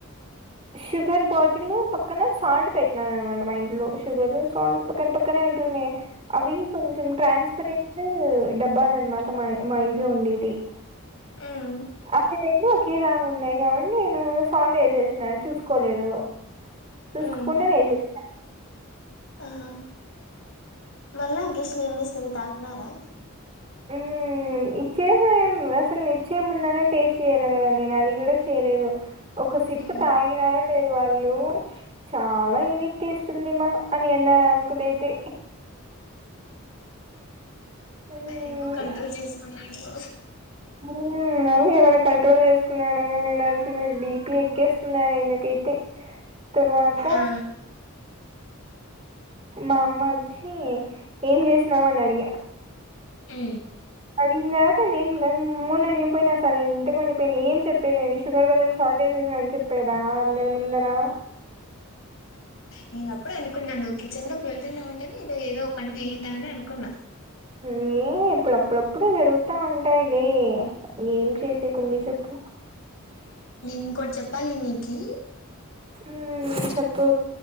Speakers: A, on the right; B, on the left.
A: షుగర్ బాటిల్ పక్కన సాల్ట్ పెట్టినారు అనమాట మా ఇంట్లో షుగర్ సాల్ట్ పక్కన పక్కనే టున్నే అవి కొంచెం ట్రాన్స్పరెంట్ డబ్బాలన్మాట మా మా ఇంట్లో ఉండేది
B: మ్మ్
A: అదే రెండు ఒకేలా ఉన్నాయి కాబట్టి నేను సాల్డే ఏసేసిన చూసుకోలేదు చూసుకోకుండా
B: మ్మ్
A: వేసేసిన
B: ఆహా మళ్ళాం గెస్లు ఏం చేస్తారు తాగుతున్నారా
A: ఉ ఇచ్చేసే ఏం అసలు ఇచ్చే ముందనే టేస్ట్ చేయాలి కదా నేను అది కూడా చేయలేదు ఒక సిప్
B: ఉమ్
A: తాగినారా లేదు వాళ్ళు చాలా యునిక్ టేస్ట్ ఉంది మా అని అన్నారు ఆ అంకులయితే హ్మ్.
B: అదేమో కంట్రోల్ చేసుకున్నాడెమో
A: ఉ ఏమైనా కంట్రోల్ చేసుకున్నా <unintelligible> ఉండాల్సింది బీపి ఎక్కేస్తుంది ఆయనకైతే తర్వాత
B: ఆ
A: మా అమ్మ అచ్చి ఏం చేసినావు అని అడిగా
B: ఉ
A: అడిగినాకా నేను మొన్నయి నింపైన సరే ఇంటివండిపోయిన ఏం చెప్పే నేను షుగర్ బదులు సాల్ట్ ఏసి తినమని చెప్పేదా అందరి ముందరా
B: నేను అప్పుడు అనుకున్నా నువ్వు కిచెన్ లోకి వెళ్తున్నావుంటేనే ఇద ఏదో పని చేసింటావని అనుకున్నా
A: హుమో ఇప్పుడు అప్పుడప్పుడు జరుగుతా ఉంటాయిలే ఏం చేసేకుంది చెప్పు
B: నేను ఇంకోటి చెప్పాలి నీకి
A: ఉమ్ చెప్పు